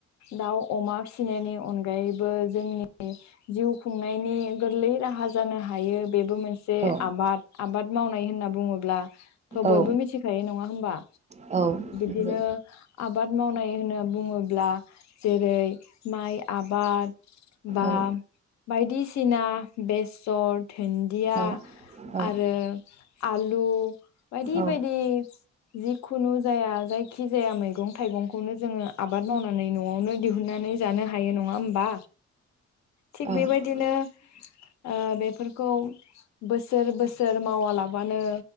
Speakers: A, on the left; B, on the right.
A: दाउ, अमा फि फिसिनायनि अनगायैबो जोंनि जिउ खुंनायनि गोरलै राहा जानो हायो। बेबो मोनसे
B: औ
A: आबाद आबाद मावनाय होनना बुङोब्ला थ'
B: औ
A: बयबो मिथिखायो नङा। नङा होमबा
B: औ नंगौ
A: बिनो आबाद मावनाय होनना बुङोब्ला जेरै माइ आबाद बा
B: औ
A: बायदिसिना बेसे थासर, दुन्दिया
B: औ औ औ
A: आरो आलु बायदि
B: औ
A: बायदि खुनु जाया जाय जखि जाया मैगं-थाइगंखौनो जोङो आबाद मावनानै न'आवनो दिहुनन्नानै जानो हायो नङा होमबा थिग बेबायदिनो
B: औ
A: ओ बे फोरखौ बोसोर बोसोर मावालाबानो